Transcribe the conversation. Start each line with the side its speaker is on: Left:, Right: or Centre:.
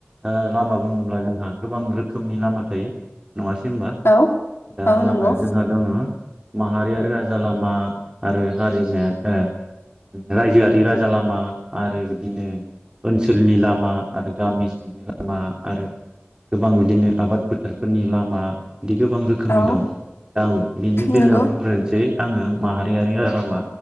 Right: ओ लामा बुंङोब्ला जोंहा गोबां रोखोमनि लामा थायो। नङासै होमबा
Left: औ
Right: दा
Left: औ
Right: लामाया
Left: नंगौ
Right: जोंहा दङ। माहारियारि राजा लामा आरो हारिमाया रायजोआरि राजा लामा आरो। बिदिनो ओनसोलनि लामा आरो गामि सिंनि लामा आरो गोबां बिदिनो आबाद फोथारफोरनि लामा। बिदि गोबां रोखोमनि
Left: औ
Right: दं दा आं बिनि बेलायाव
Left: नंगौ
Right: बुंग्रोनोसै आंङो माहारियारि लामा